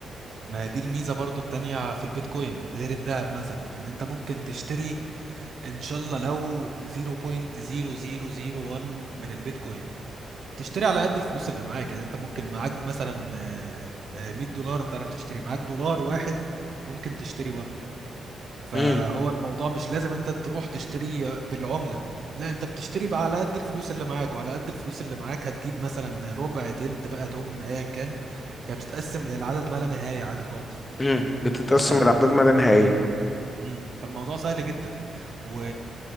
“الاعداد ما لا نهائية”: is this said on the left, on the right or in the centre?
Left